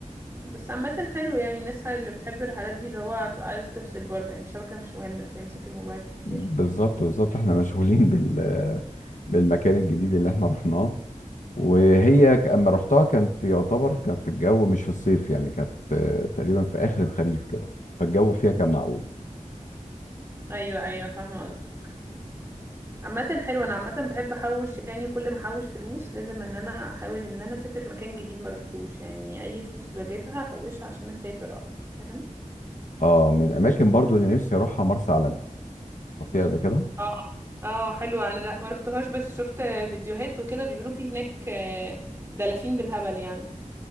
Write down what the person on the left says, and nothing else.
بالظبط بالظبط احنا مشغولين بال بالمكان الجديد اللي احنا رحناه وهي ك- اما رحتها كان في يعتبر كان في الجو مش في الصيف يعني كانت آه، تقريبا في اخر الخريف كده فالجو فيها كان معقول
اه من الاماكن برضو اللي نفسي اروحها مرسى علم رحتيها قبل كده